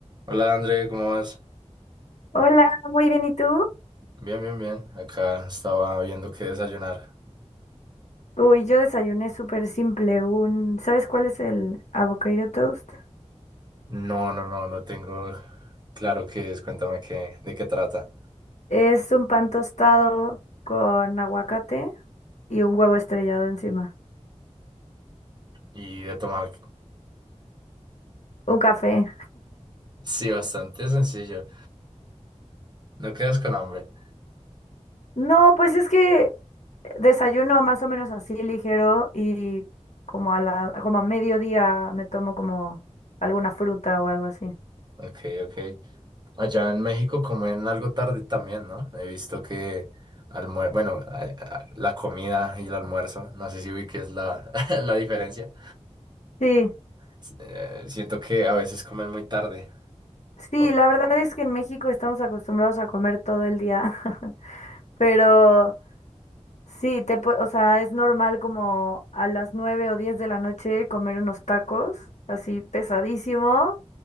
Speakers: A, on the right (about 40°); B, on the left (about 70°).
A: Hola André, ¿cómo vas?
B: Hola, muy bien, ¿y tú?
A: Bien, bien, bien. Acá estaba viendo qué desayunar.
B: Uy, yo desayuné súper simple, un, ¿sabes cuál es el avocado toast?
A: No, no, no, no tengo claro qué es. Cuéntame qué, de qué trata.
B: Es un pan tostado con aguacate y un huevo estrellado encima,
A: Y de tomar.
B: un café.
A: Sí, bastante sencillo. No quedas con hambre.
B: No, pues es que desayuno más o menos así ligero y como a la, como a mediodía me tomo como alguna fruta o algo así.
A: Ok, ok. Allá en México comen algo tarde también, ¿no? He visto que almuer... bueno, a- a- la comida y el almuerzo, no sé si vi que es la, <laughs> la diferencia.
B: Sí,
A: S- Eh, siento que a veces comen muy tarde.
B: sí,
A: Oh.
B: la verdad es que en México estamos acostumbrados a comer todo el día, <laughs> pero Sí, te, pue- o sea, es normal como a las 9 o 10 de la noche comer unos tacos, así pesadísimo,